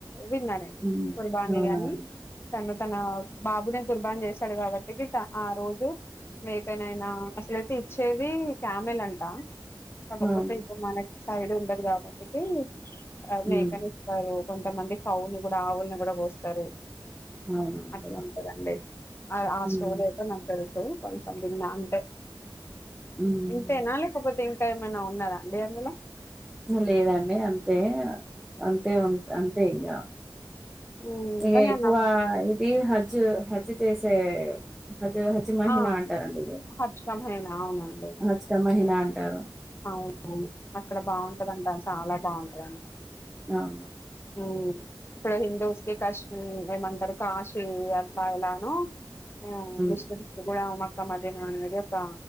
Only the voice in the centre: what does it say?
హ్మ్
అవునా
అండి.
అవును
హ్మ్
అవునండి
హ్మ్
హ్మ్
లేదండి అంతే అంతే ఉ అంతే ఇగ
ఇక
ఎక్కువ
ఇది హ హచ్చ్య హత్య చేసే హచ్చ హచ్చి మహినా
అంటారండి ఇది
హచ్చిక మహీనా అన్ టరు
అవును
ఉమ్